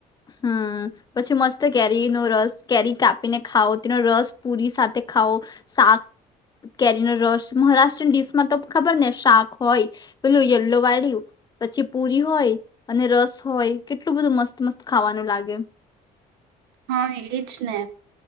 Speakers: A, on the left; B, on the right.
A: હમ પછી મસ્ત કેરી નો રસ કેરી કાપીને ખાઓ તેનો રસ પુરી સાથે ખાઓ શાક કેરી નો રસ મહારાષ્ટ્રય ડીશમાં તો ખબર ને શાક હોય પેલું યલ્લો વાળ્યું પછી પુરી હોય અને રસ હોય કેટલું બધું મસ્ત મસ્ત ખાવાનું લાગે
B: હા એજ ને